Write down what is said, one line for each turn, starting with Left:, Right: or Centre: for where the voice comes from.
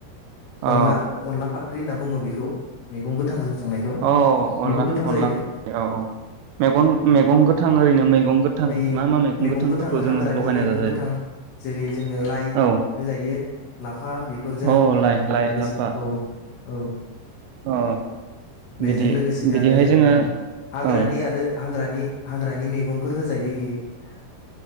Left: अनला
Right: औ
Left: अनला फा ख्रि होनना बुङो बेखौ मैगं गोथांजों। संनायखौ
Right: औ
Left: बेबो
Right: अनला
Left: गोथाव जायो
Right: अनला फा ख्रि औ औ। मेगन मैगं गोथां ओरैनो मैगं गोथां
Left: ओइ
Right: मा मा मैगं गोथांफोरखौ
Left: गोथां हाग्रानि
Right: जोङो लगायना
Left: मैगं
Right: जाजायो
Left: गोथां जेरै जोङो लाइ
Right: औ
Left: होजायो लाफा बेफोरजों
Right: औ लाइ
Left: लोगोसे
Right: लाफा।
Left: औ औ।
Right: अ
Left: बेजों
Right: बिदि
Left: लोगोसेनो
Right: बिदिहाय
Left: आरो
Right: जोङो।
Left: उम हाग्रानि
Right: औ
Left: आरो। हाग्रानि हाग्रानि मैगंफोर होजायो इयो।